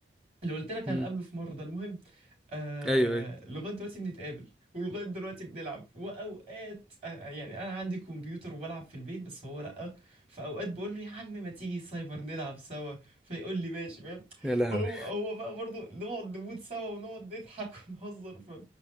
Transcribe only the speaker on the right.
اللي قلت لك
هنقابله في مرة ده المهم آه
لغاية دلوقتي بنتقابل ولغاية دلوقتي بنلعب وأوقات آه يعني أنا عندي كمبيوتر وبلعب في البيت بس هو لأ فأوقات بقول له يا عم ما تيجي سايبر نلعب سوا فيقول لي ماشي فاهم
هو هو بقى برضه نقعد نموت سوا ونقعد نضحك <laughs> ونهزر ف-